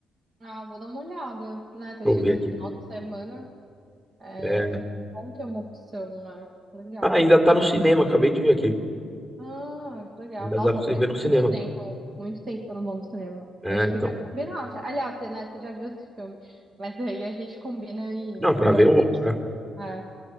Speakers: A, on the right; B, on the right.
A: Ah, vou dar uma olhada, né? Tá
B: Deixa
A: chegando
B: eu ver aqui.
A: no final de semana. É,
B: É.
A: assim, bom ter uma opção, né? Legal.
B: Ah, ainda
A: Vou
B: tá no cinema, acabei de ver aqui.
A: Ah, que legal.
B: Ainda
A: Nossa,
B: dá pra você
A: faz
B: ver no cinema.
A: muito tempo, muito tempo que eu não vou no cinema.
B: É,
A: A gente
B: então.
A: podia combinar. Aliás, você, né, você já viu esse filme. Mas aí a gente combina e
B: Não, pra
A: vê
B: ver
A: um.
B: outro, né?
A: Ah,